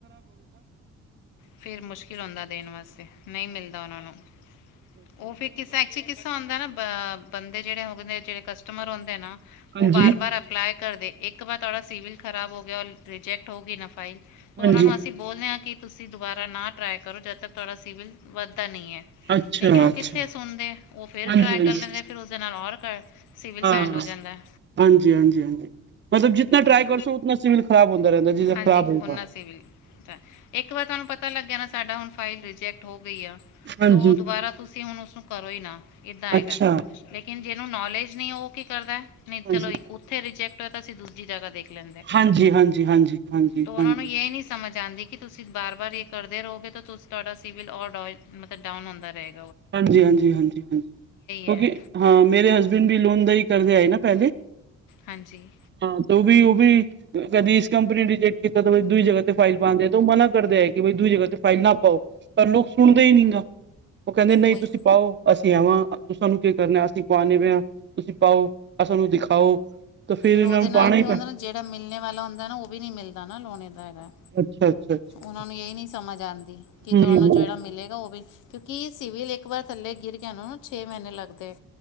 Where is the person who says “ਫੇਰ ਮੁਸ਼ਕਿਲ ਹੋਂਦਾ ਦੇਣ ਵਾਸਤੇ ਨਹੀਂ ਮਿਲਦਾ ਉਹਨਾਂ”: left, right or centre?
Left